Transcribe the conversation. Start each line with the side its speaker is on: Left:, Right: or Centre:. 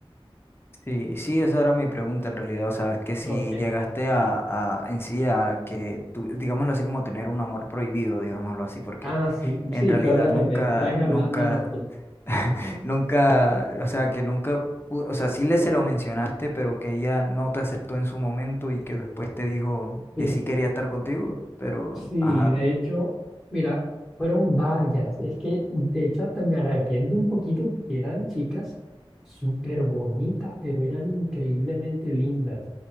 Left: Sí, sí, esa era mi pregunta en realidad. O sea, que si
Centre: Ok.
Left: llegaste a, a en sí a que tú, digámoslo así, como tener un amor prohibido, digámoslo así, porque
Centre: Ah, sí,
Left: en
Centre: sí,
Left: realidad
Centre: perdón
Left: nunca,
Centre: que me distraje hablando
Left: nunca,
Centre: locura.
Left: <laughs> nunca, o sea, que nunca, pu- o sea, sí le se lo mencionaste, pero que ella no te aceptó en su momento y que después te dijo
Centre: Sí.
Left: que sí quería estar contigo, pero,
Centre: Sí,
Left: ajá,
Centre: de hecho, mira, fueron varias. Es que de hecho hasta me arrepiento un poquito porque eran chicas súper bonitas, pero eran increíblemente lindas.